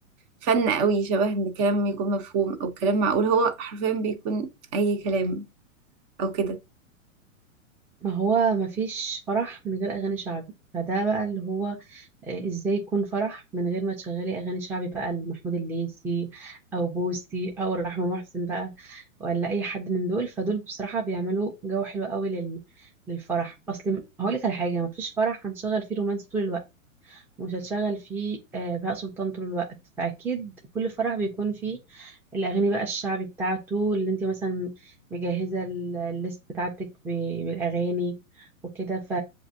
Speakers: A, on the right; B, in the centre.
A: فن قوي شبه ان كلام يكون مفهوم او كلام معقول هو حرفيا بيكون اي كلام او كده
B: ما هو ما فيش فرح من غير اغاني شعبي فده بقى اللي هو آه، ازاي يكون فرح من غير ما تشغلي اغاني شعبي بقى لمحمود الليثي او بوسي او رحمة محسن بقى ولا اي حد من دول فدول بصراحة بيعملوا جو حلو قوي لل... للفرح اصل هقولك على حاجة ما فيش فرح هنشغل فيه رومانس طول الوقت مش هتشغل فيه آه، بهاء سلطان طول الوقت فأكيد كل فرح بيكون فيه الأغاني بقى الشعبي بتاعته اللي انت مثلا مجهزة ال- الليست بتاعتك ب- بالأغاني وكده ف...